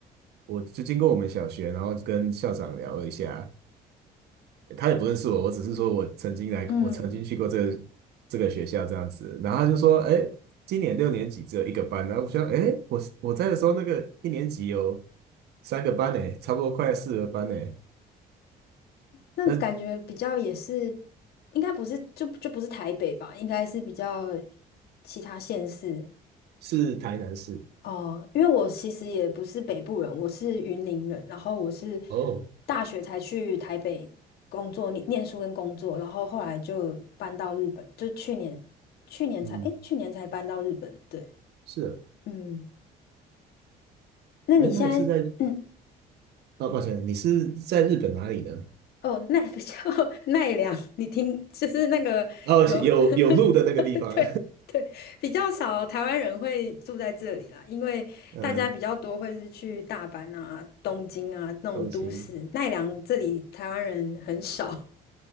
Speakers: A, on the right; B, on the left.
A: 我就经过我们小学，然后跟校长聊了一下，他也不认识我，我只是说我曾经来，
B: 嗯。
A: 我曾经去过这个这个学校这样子，然后他就说，哎，今年六年级只有一个班，然后我想，哎，我我在的时候那个一年级有三个班诶，差不多快四个班诶，
B: 那感觉比较也是，
A: 那
B: 应该不是就就不是台北吧，应该是比较其他县市
A: 是台南市，
B: 哦。因为我其实也不是北部人，我是云林人，然后我是
A: 哦，
B: 大学才去台北工作、念念书跟工作，然后后来就搬到日本，就去年去年才诶，
A: 嗯，
B: 去年才搬到日本。对，
A: 是啊
B: 嗯，那你现在
A: 哎，那你是在……
B: <clears throat>
A: 哦，抱歉，你是在日本哪里呢？
B: 哦，奈比较 <laughs> 奈良，你听，就是那个有，
A: 哦，有有路的那个地方，
B: <laughs> 对对，比较少台湾人会住在这里啦，因为大家比较多会是去大阪啊、
A: <laughs> 呃，
B: 东京啊那种都市，
A: 东京。
B: 奈良这里台湾人很少。